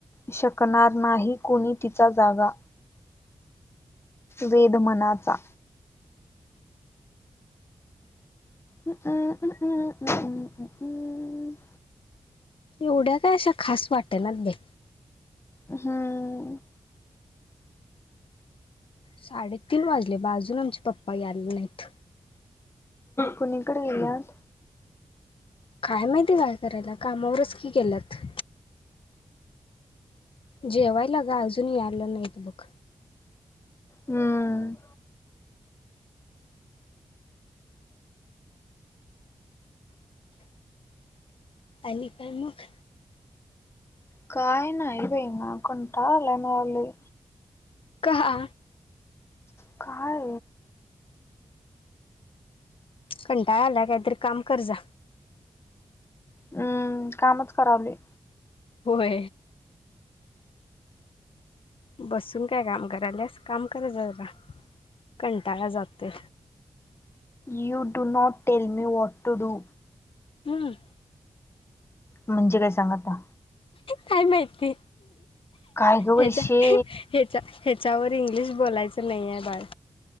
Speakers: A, on the left (about 25°); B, on the left (about 60°).
A: शकणार नाही कोणी तिचा जागा वेद मनाचा हममंमममममम
B: एवढ्या काय अशा खास वाटे ना दे
A: हम्म
B: साडेतीीन वाजले बा अजून आमचे पप्पा याला नाहीत
A: कुणीकडे येयात
B: काय माहितीय काय करायला कामावरच की केलंत जेवायला ग अजून यालं नाहीत बघ
A: हम्म
B: अली काायमुख
A: काय नाही आहेवेई ना कोणटा मराली
B: काहा
A: काय
B: कंटाळ आला काहीतरी काम कर जा
A: हम्म कामच करावले
B: होय बसून काय काम कराल्यास काम करायचरा कंटाळा जाते
A: you do not tell me what to do
B: हम्
A: म्हणजे काय सांगा आ
B: काय माहिती
A: काय ग
B: ह्याच्या
A: वैशे
B: ह्याचा ह्याच्यावर इंग्लिश बोलायचं नाही आहे बाळ